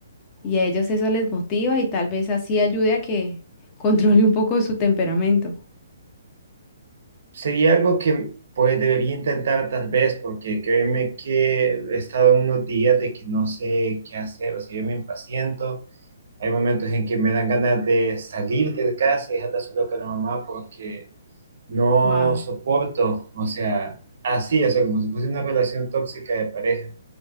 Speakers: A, on the left (about 30°); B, on the right (about 60°).
A: Y a ellos eso les motiva y tal vez así ayude a que <laughs> controle un poco su temperamento.
B: sería algo que pues debería intentar tal vez, porque créeme que he estado en unos días de que no sé qué hacer, o sea, yo me impaciento Hay momentos en que me dan ganas de salir de casa y dejarla solo con la mamá porque no
A: Wow.
B: soporto, o sea, así, o sea, como si fuese una relación tóxica de pareja.